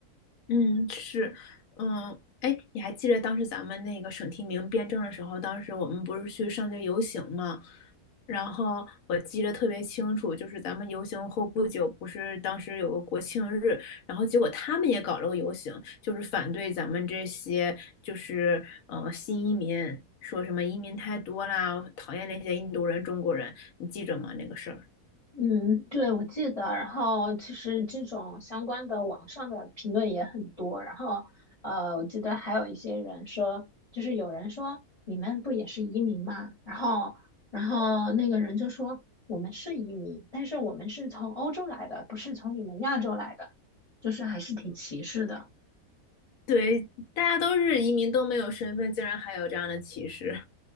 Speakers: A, on the left; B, on the left.
A: 嗯，是，嗯，哎，你还记得当时咱们那个省提名辩证的时候，当时我们不是去上街游行嘛？然后我记得特别清楚，就是咱们游行后不久，不是当时有个国庆日，然后结果他们也搞了个游行，就是反对咱们这些就是呃新移民，说什么移民太多啦，讨厌那些印度人、中国人，你记着吗？那个事儿。
B: 嗯，对，我记得。然后其实这种相关的网上的评论也很多。然后，呃，我记得还有一些人说，就是有人说你们不也是移民吗？然后，然后那个人就说我们是移民，但是我们是从欧洲来的，不是从你们亚洲来的，就是还是挺歧视的。
A: 对，大家都是移民，都没有身份，竟然还有这样的歧视。